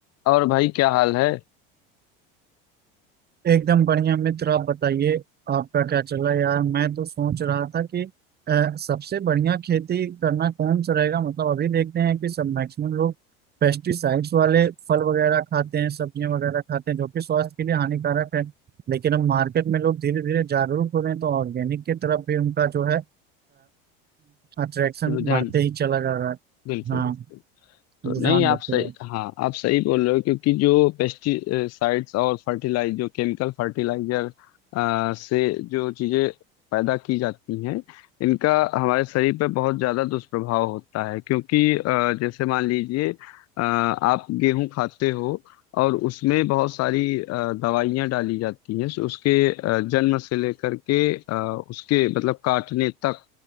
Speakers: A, on the left; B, on the right.
A: और भाई क्या हाल है
B: एकदम बढ़िया मित्र आप बताइए आपका क्या चल रहा है यार मैं तो सोच रहा था कि अ, सबसे बढ़िया खेती करना कौन सा रहेगा मतलब अभी देखते हैं कि सब मैक्सिमम लोग पेस्टिसाइड्स वाले फल वगैरह खाते हैं सब्जियां वगैरह खाते हैं जो कि स्वास्थ्य के लिए हानिकारक है लेकिन अब मार्केट में लोग धीरे धीरे जागरूक हो रहे हैं तो ऑर्गेनिक की तरफ भी उनका जो है अट्रैक्शन
A: रुझान
B: बढ़ते ही चला जा रहा है
A: बिल्कुल
B: हाँ
A: बिल्कुल तो
B: रुझान
A: नहीं आप
B: बढ़ते
A: सही
B: जा रहा है
A: हाँ आप सही बोल रहे हो क्योंकि जो पेस्टिसाइड्स और फर्टिलाइज जो केमिकल फर्टिलाइजर से जो चीजें पैदा की जाती हैं इनका हमारे शरीर पर बहुत ज्यादा दुष्प्रभाव होता है क्योंकि अ, जैसे मान लीजिए अ, आप गेहूं खाते हो और उसमें बहुत सारी अ, दवाइयां डाली जाती हैं सो उसके अ, जन्म से लेकर के अ, उसके मतलब काटने तक